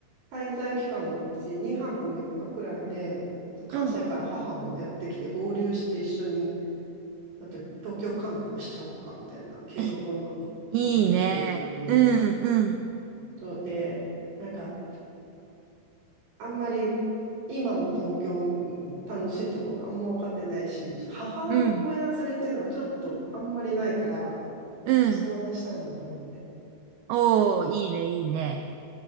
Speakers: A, on the right (about 55°); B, on the right (about 85°).
A: 滞在期間のうち2泊3日くらいで、関西から母もやってきて合流して一緒に、
B: うん。
A: ちょっと東京観光しちゃおっかみたいな計画を今立ててるんですよね。
B: え、いいね。うん、うん、
A: とで、なんかあんまり今の東京うん楽しいとこがあんま分かってないし、ちょっと母親連れっていうのがちょっとあんまりないから、
B: うん、うん。
A: 相談したいなと思って。
B: おー、いいね、いいね。